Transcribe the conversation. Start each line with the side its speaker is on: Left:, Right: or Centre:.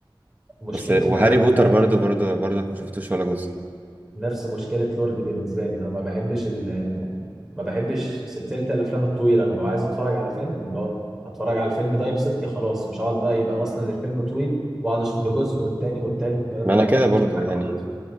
Centre: مشكلتي
Right: بس آه، وهاري
Centre: معاه ان
Right: بوتر
Centre: انا
Right: برضو برضو برضك ما شفتوش ولا جزء
Centre: نفس مشكله لورد بالنسبه لي انا ما بحبش ما بحبش سلسله الافلام الطويله انا ببقى عايز اتفرج على فيلم اللي هو اتفرج على الفيلم ده يبسطني خلاص مش هقعد بقى يبقى اصلا الفيلم طويل واقعد اشوف له جزء والتاني والتالت والكلام
Right: ما
Centre: ده
Right: انا
Centre: ما
Right: كده
Centre: بحبش
Right: برضو
Centre: حاجه
Right: يعني
Centre: ما تقطع